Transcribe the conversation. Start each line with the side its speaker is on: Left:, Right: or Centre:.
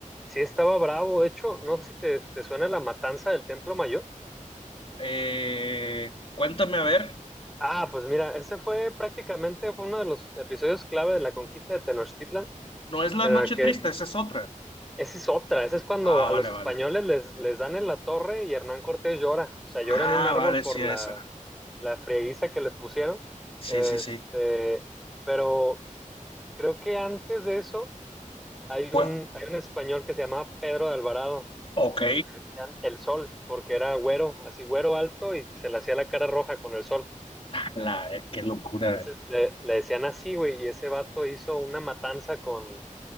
Centre: sí estaba bravo. De hecho, no sé si te, te suena la matanza del Templo Mayor.
Left: Eh, cuéntame, a ver,
Centre: Ah, pues mira, ese fue prácticamente fue uno de los episodios clave de la conquista de Tenochtitlan,
Left: no es la
Centre: en
Left: noche
Centre: la que
Left: triste, esa es otra.
Centre: esa es otra, esa es cuando
Left: Ah,
Centre: a
Left: vale,
Centre: los
Left: vale.
Centre: españoles les, les dan en la torre y Hernán Cortés llora, o sea,
Left: Ah,
Centre: llora en un árbol
Left: vale,
Centre: por
Left: sí, esa.
Centre: la, la frieguiza que le pusieron.
Left: Sí,
Centre: Este,
Left: sí, sí.
Centre: pero creo que antes de eso hay
Left: Pues,
Centre: un, hay un español que se llamaba Pedro de Alvarado
Left: ok.
Centre: y le decían el sol, porque era güero, así güero alto y se le hacía la cara roja con el sol.
Left: La, eh, qué locura.
Centre: Entonces le, le decían así, güey, y ese vato hizo una matanza con...